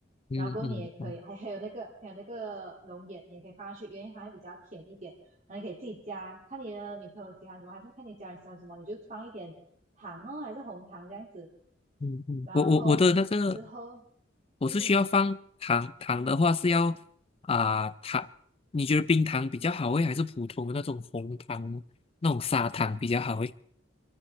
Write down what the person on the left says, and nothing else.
嗯嗯，
好，
嗯嗯，
我我我的那个我是需要放糖，
糖的话是要啊、糖，你觉得冰糖比较好诶，还是普通的那种红糖那种砂糖比较好诶？